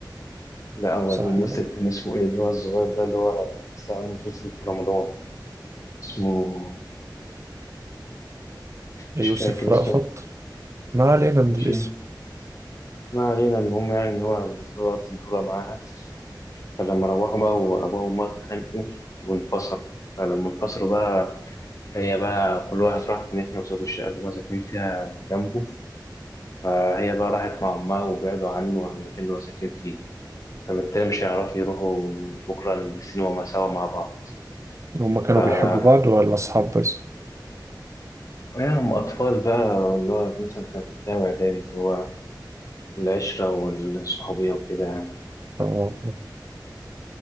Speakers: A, on the left; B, on the right.
A: لا هو
B: صح
A: الممثل
B: ال-
A: كان اسمه إيه اللي هو الصغير ده اللي هو لسه عامل مسلسل في رمضان اسمه
B: يوسف
A: مش فاكر اسمه
B: رأفت ما علينا من
A: ماشي
B: الاسم
A: ما علينا المهم يعني إن هو البطولة واخد البطولة معاها فلما روحوا بقى وأبوه وأمه اتخانقوا وانفصلوا فلما انفصلوا بقى هي بقى كل واحد راح في ناحية وسابوا الشقة اللي هما ساكنين فيها جنبه فهي بقى راحت مع أمها وبعدوا عنه وعن المكان اللي هو ساكن فيه فبالتالي مش هيعرفوا يروحوا بكرة السينما مع- سوا مع بعض
B: هما كانوا
A: ف
B: بيحبوا بعض ولا أصحاب بس؟
A: هم أطفال بقى اللي هو مثلا كانوا في ابتدائي وإعدادي اللي هو العشرة والصحوبية وكده يعني
B: آه،